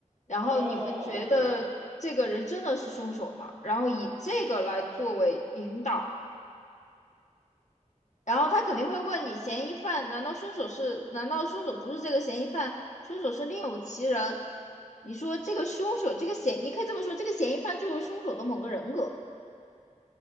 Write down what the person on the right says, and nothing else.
哦，对的